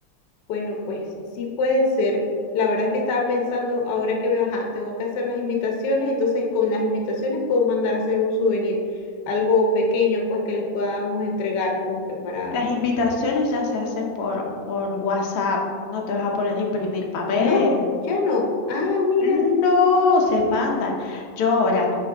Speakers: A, on the left; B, on the left.
A: Bueno, pues sí puede ser. La verdad es que estaba pensando, ahora que veo, ajá, tengo que hacer las invitaciones, entonces con las invitaciones puedo mandar a hacer un souvenir, algo pequeño, pues que les podamos entregar como que para...
B: Las invitaciones ya se hacen por, por WhatsApp, no te vas a poner a imprimir papel.
A: No, ya no. Ah, mira.
B: No, se mandan. Yo ahora